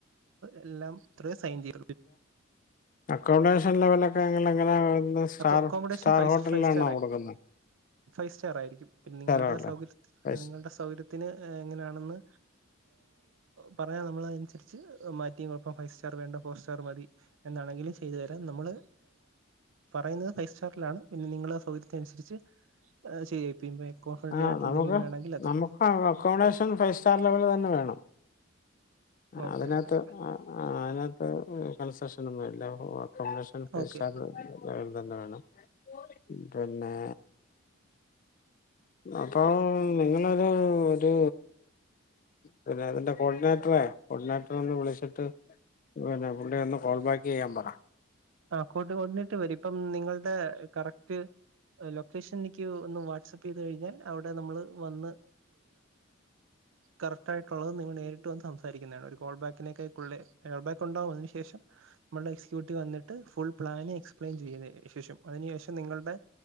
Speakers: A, on the right (about 70°); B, on the left (about 40°).
A: എല്ലാം ഇത്രയ സൈൻ ചെയ
B: അക്കോമൊഡേഷൻ ലെവലൊക്കെങ്ങ എങ്ങനെ star
A: accommodation
B: star
A: five
B: ഹോട്ടലിലാണോ
A: five star ആയി
B: കൊടുക്കുന്നെ
A: ഫൈവ് സ്റ്റാർ ആയിരിക്കും പിന്നെ നിങ്ങളുടെ
B: ഹോട്ടൽ
A: സൗകര്യ
B: ഫൈവ്
A: നിങ്ങളുടെ സൗകര്യത്തിന് എങ്ങനാണെന്ന് പറഞ്ഞാ നമ്മളത അനുസരിച്ച് മാറ്റിയ കുഴപ്പം ഫൈവ് സ്റ്റാർ വേണ്ട ഫോർ സ്റ്റാർ മതി എന്താണെങ്കിലും ചെയ്തു തരാം നമ്മള് പറയുന്നത് ഫൈവ് സ്റ്റാറിലാണ് പിന്നെ നിങ്ങളുടെ സൗകര്യത്തിനനുസരിച്ച് ചെയ്യായിപ്പ എക്ക ഫ്രണ്ട്ല
B: ആ
A: ആയിട്ട
B: നമുക്ക്
A: എന്തങ്കിലും വേണെങ്കിൽ അതും
B: നമുക്ക് അക്കോമഡേഷൻ ഫൈവ് സ്റ്റർ ലെവല്തന്നെ വേണം
A: ഓക്കെ
B: അതിനകത്ത്
A: ഓക്കെ
B: അതിനകത്ത് കൺസെഷനൊന്നും ഇല്ല അക്കോമഡേഷ
A: ഓക്കെ
B: വ്സ്റ്റാർ തന്നെ വേണം പിന്നെ അപ്പോൾ നിങ്ങളൊരു ഒരു പിന്നെ അതിന്റെ കോർഡിനേറ്ററെ കോർഡിനേറ്ററൊന്ന് വിളിച്ചിട്ട് പിന്നെ പുള്ളിന്ന് കോൾ ബാക്ക് ചെയ്യാൻ പറ
A: ആ കോർഡിനേറ്റർ വരും ഇപ്പം നിങ്ങളുടെ കറക്റ്റ് ലൊക്കേഷൻ എനിക്ക് ഒന്ന് വാട്സാപ്പ് ചെയ്ത് കഴിഞ്ഞാൽ അവിടെ നമ്മള് വന്ന് കറക്റ്റ് ആയിട്ടുള്ളത് നിങ്ങൾ നേരിട്ട് വന്ന് സംസാരിക്കുന്നതാണ് ഒരു കോൾ ബാക്കിനേക്കായിക്കുള്ളേ കോൾ ബാക്ക് ഉണ്ടാവും അതിനു ശേഷം നമ്മുടെ എക്സിക്യൂട്ടീവ് വന്നിട്ട് ഫുൾ പ്ലാന് എക്സ്പ്ലെയിൻ ചെയ്തിന ശേഷം അതിനു ശേഷം നിങ്ങളുടെ